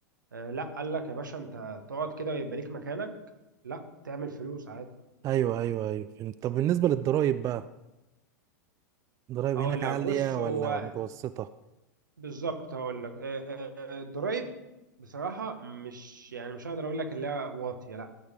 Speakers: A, on the right; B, on the right.
A: آه، لا قال لك يا باشا أنت تقعد كده ويبقى ليك مكانك لا تعمل فلوس عادي
B: ايوه ايوه ايوه فهمت. طب بالنسبة للضرايب بقى ضرايب
A: هقول
B: هناك عالية
A: لك بص هو
B: ولا متوسطة
A: بالظبط هقول لك آه، آه، آه، الضرايب بصراحه مش يعني مش هقدر اقول لك اللي هي واطيه لا